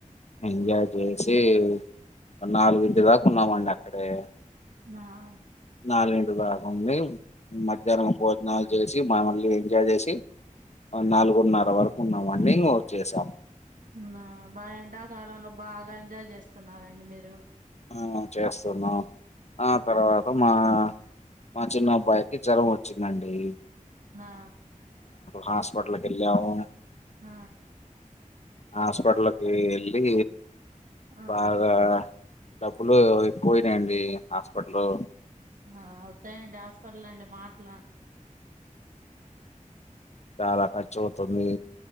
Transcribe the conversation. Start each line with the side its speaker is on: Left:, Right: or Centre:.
Left: ఎంజాయ్ చేసి ఒక నాలుగుంటి దాకా ఉన్నామండి అక్కడే
Right: ఆ ఆ
Left: నాలుగింటి దాకా ఉండి మధ్యాహ్నం భోజనాలు చేస్ చి మమల్ని ఎంజాయ్ చేసి నాలుగురున్నర వరకు ఉన్నాం విన్నింగ్ వచ్చేసాం
Right: ఉమ్ ఆ బా ఎండాకాలంలో బాగా ఎంజాయ్ చేస్తున్నారండి మీరు
Left: ఆ చేస్తున్నా ఆ తర్వాత మా మా చిన్న అబ్బాయికి జ్వరం వచ్చిందండి
Right: మా
Left: హాస్పిటల్ కి వెళ్ళాము
Right: ఆ
Left: హాస్పిటల్కి వెళ్ళి
Right: ఆ
Left: బాగా డబ్బులు ఎక్కువ అయినాయండి హాస్పిటల్లో
Right: ఆ అవుతాయండి హాస్పిటల్ అంటే మాటల
Left: చాలా ఖర్చు అవుతుంది